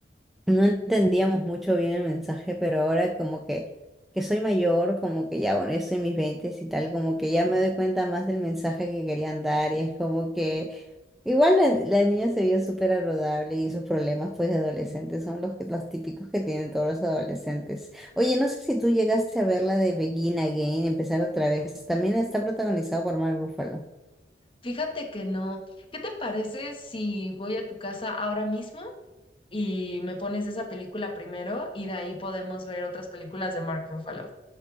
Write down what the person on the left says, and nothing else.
Fíjate que no. ¿Qué te parece si voy a tu casa ahora mismo y me pones esa película primero y de ahí podemos ver otras películas de Mark Ruffalo?